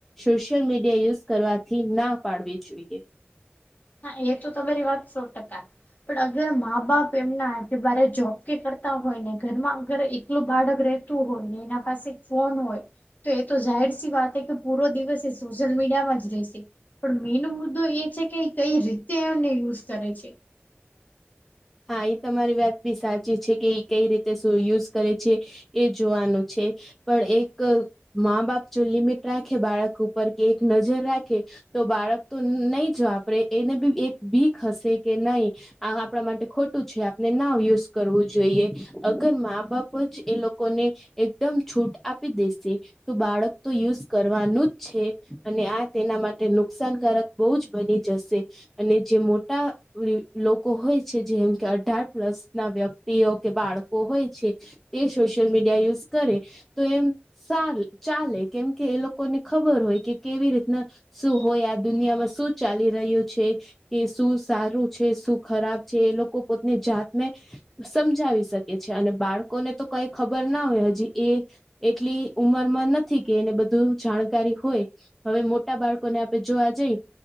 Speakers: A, in the centre; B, on the left.
A: સોશિયલ મીડિયા યુઝ કરવાથી ના પાડવી જોઈએ
B: હા એ તો તમારી વાત સો ટકા પણ અગર મા બાપ એમના આજ બારે જોબ કે કરતા હોય, ને ઘરમાં અગર એકલું બાળક રહે રહેતું હોય ને એના પાસે ફોન હોય તો એ તો જાહેર સી વાત કે પૂરો દિવસ એ સોશિયલ મીડિયા માં જ રહેશે પણ મેનો મુદ્દો એ છે કે કઈ રીતે એમને યુઝ કરે છે.
A: હા એ તમારી વાત બી સાચી છે કે એ કઈ રીતે યુઝ કરે છે. એ જોવાનું છે, પણ એક મા બાપ ચો લીમીટ રાખે બાળક ઉપર કે એક નજર રાખે તો બાળક તો નહી જ વાપરે એને બી એક બીક હશે, કે નહી આ આપણા માટે ખોટું છે. આપણે ના યુઝ કરવું જોઈએ અગર મા- બાપ જ એ લોકોને એકદમ છૂટ આપી દેશે તો, બાળક તો યુઝ કરવાનું જ છે. અને આ તેના માટે નુકસાનકારક બહુ જ બની જશે અને જે મોટા લોકો હોય છે. જેમ કે અઢાર પ્લસ ના વ્યક્તિઓ કે બાળકો હોય છે. તે સોશિયલ મીડિયા યુઝ કરે તો એમ સારું ચાલે કેમ કે એ લોકોને ખબર હોય કે કેવી રીતના શું હોય. આ દુનિયામાં શું ચાલી રહ્યું છે? કે શું સારું છે? શું ખરાબ જે એ લોકો પોતની જાતને સમજાવી શકે છે અને બાળકોને તો કઈ ખબર ના હોય, હજી એ એટલી ઉંમરમાં નથી કે એને બધું જાણકારી હોય હવે મોટા બાળકો ને આપડે જોવા જઈ